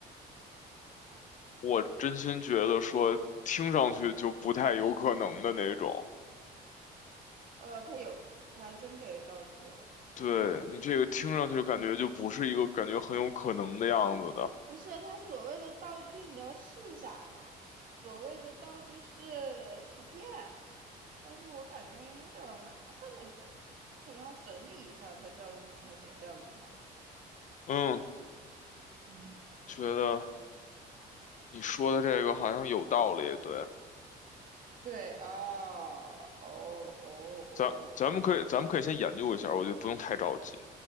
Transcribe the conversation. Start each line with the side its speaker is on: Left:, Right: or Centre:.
Left: 我真心觉得说，听上去就不太有可能的那种。
Right: 呃，它有，它还真给道具了。
Left: 对，你这个听上去感觉就不是一个感觉很有可能的样子的。
Right: 不是，他所谓的道具，你知道是啥吗？所谓的道具是卡片，但是我感觉有点儿麻烦那个，可能要整理一下才知道能不能开小调礼堂。
Left: 嗯，
Right: 嗯，
Left: 觉得。你说的这个好像有道理，对，
Right: 对啊，哦哦哦
Left: 咱咱们可以咱们可以先研究一下，我觉得不用太着急，